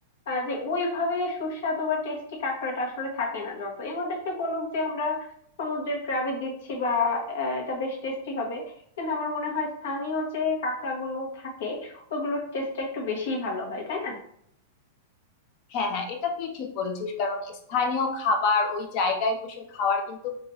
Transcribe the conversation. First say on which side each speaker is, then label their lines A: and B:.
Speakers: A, on the left (about 70°); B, on the left (about 45°).
A: আহ, যে ওইভাবে সুস্বাদু বা টেস্টি কাঁকড়াটা আসলে থাকে না যতই আমাদেরকে বলুক যে আমরা সমুদ্রের ক্র্যাবে দিচ্ছি বা আহ, এটা বেশ টেস্টি হবে কিন্তু আমার মনে হয় স্থানীয় যে কাঁকড়াগুলো থাকে ওইগুলোর টেস্টটা একটু বেশিই ভালো হয় তাই না
B: হ্যাঁ হ্যাঁ এটা তুই ঠিক বলেছিস কারণ স্থানীয় খাবার ওই জায়গায় বসে খাওয়ার কিন্তু